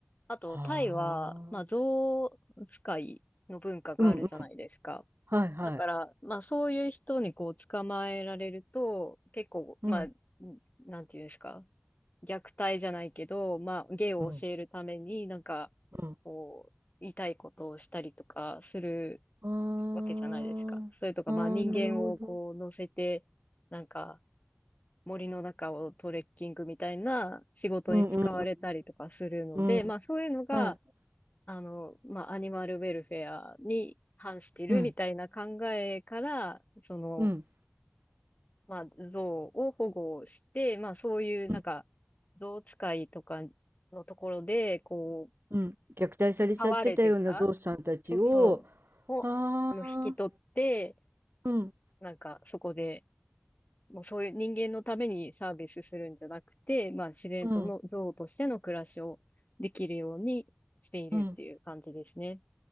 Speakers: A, on the left; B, on the right.
A: あと、
B: はあ
A: タイは、まあ、象使いの文化があるじゃないですか。
B: うんうんはいはい
A: だから、まあそういう人にこう捕まえられると、結構、
B: うん
A: まあ、んなんていうんですか、虐待じゃないけど、まあ芸を教えるために、
B: うん
A: なんか、
B: うん
A: こう、言いたいことをしたりとかする
B: あーあーなるほど
A: わけじゃないですか。それとか、まあ人間をこう乗せて、なんか森の中をトレッキングみたいな仕事に使われたりとかするので、
B: うんうんうんうん。
A: まあそういうのが、
B: はい。
A: あの、まあ、アニマルウェルフェアに反してるみたいな考えから、
B: うん。
A: その、
B: うん。
A: まあ、象を保護して、まあ、そういうなんか、
B: うん。
A: 象使いとかのところで、こう、
B: うん。虐待されちゃってたようなゾウさんたちを、
A: 飼われてた、そうそう、を、
B: は
A: あの、引き取って、
B: あ、うん。
A: なんか、そこで、もうそういう人間のためにサービスするんじゃなくて、まあ、自然との象としての暮らしをできるようにしているっていう感じですね。
B: うん。うん。